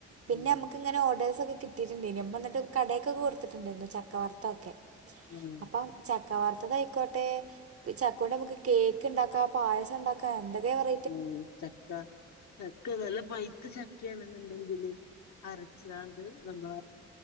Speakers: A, on the right (about 50°); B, on the left (about 70°).
A: പിന്നെഅമ്മ്ക്ക്ങ്ങനെ
B: ഉം
A: ഓർഡേഴ്സൊക്കെ കി ട്ടിട്ട്ണ്ടെയ്നു ഇമ്മന്ന്ട്ട് കടേക്കൊക്കെകൊട്ത്ത്ട്ട്ണ്ടായ്ര്ന്നു ചക്കവർത്തൊക്കെ
B: ഉം
A: അപ്പ ചക്കവാർത്തതയിക്കോട്ടെ ചക്കോണ്ടമ്മക്ക് കേക്ക്ണ്ടാക്കാം, പായസംണ്ടാക്ക പ്പേന്തെക്കപറ
B: ഉം ചക്ക ചക്കനല്ലപൈത്തചക്കയേണ് ങ്കില് അരച്ചാണ്ട് നമ്മള